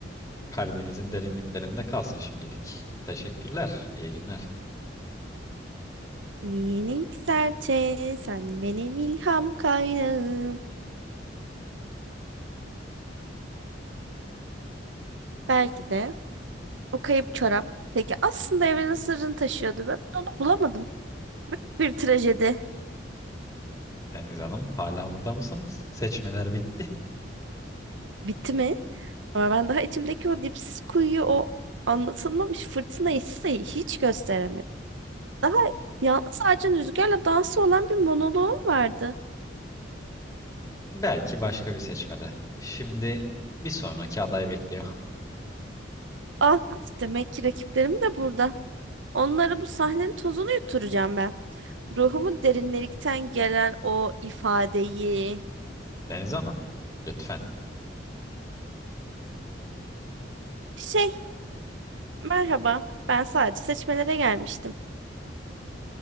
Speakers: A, on the left; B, on the right.
A: Kalbinizin derinliklerinde kalsın şimdilik. Teşekkürler. İyi günler.
B: Minik serçe, sen benim ilham kaynağım. Belki de o kayıp çorap. Peki aslında evrenin sırrını taşıyordu ve ben onu bulamadım. bir trajedi.
A: Deniz Hanım, hala orada mısınız? Seçmeler bitti.
B: Bitti mi? Ama ben daha içimdeki o dipsiz kuyuyu, o anlatılmamış fırtına hissi hiç gösteremedim. Daha yalnız ağacın rüzgarla dansı olan bir monoloğum vardı.
A: Belki başka bir seçmede. Şimdi bir sonraki aday bekliyor.
B: Ah demek ki rakiplerim de burada. Onlara bu sahnenin tozunu yutturacağım ben. Ruhumun derinlerikten gelen o ifadeyi.
A: Deniz Hanım, lütfen.
B: Şey, merhaba. Ben sadece seçmelere gelmiştim.